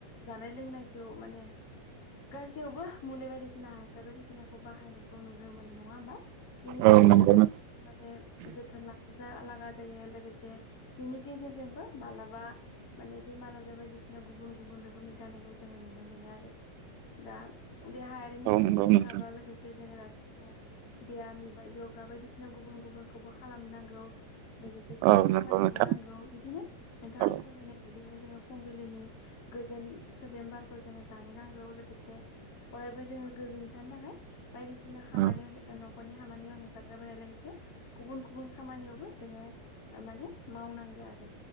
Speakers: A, on the left (about 40°); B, on the right (about 85°).
A: जानाय लोंनायखौ माने गासैयावबो मुलि बायदिसिना हासार बायदिसिनाखौ बाहा खौ नुनो मोनो नङा होमबा बेनि थाखायनो
B: औ नंगौ
A: जोबोद
B: नों
A: माने जोथोन लानोलागा जायो लोगोसे से बिनि गेजेरजोंबो मालाबा माने बेमार आजार बायदिसिना गुबुन गुबुन रोखोमनि जानायखौ जोङो नुनो मोनो आरो दा देहायारिनि
B: औ
A: फारसे
B: नंगौ
A: बुंनो
B: नोंथां
A: थाङोबा लोगोसे जोङो दानि समाव बेयाम बा य'गा बायदिसिना गुबुन गुबुनखौबो खालामनांगौ लोगोसे जोङो
B: औ
A: थाबायनोबो
B: नंगौ नोंथां
A: नांगौ बिदिनो नोंथाङा
B: औ
A: फोरमायनाय बायदिनो जोङो फुंबिलिनि गोजोन सुदेम बारखौ जोङो लानो नांगौ लोगोसे अरायबो जों गोजोनै थानो थाखाय बायदिसिना खामानियाव
B: औ
A: नख'रनि खामानियाव हेफाब होनाय लोगोसे गुबुन गुबुन खामानियावबो जोङो ओ माने मावनां नांगो आरो